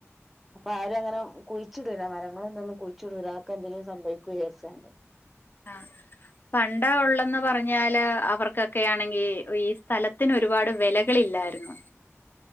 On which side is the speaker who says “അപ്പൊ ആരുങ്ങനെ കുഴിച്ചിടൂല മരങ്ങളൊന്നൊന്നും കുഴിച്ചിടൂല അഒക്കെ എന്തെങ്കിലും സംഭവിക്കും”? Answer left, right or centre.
Centre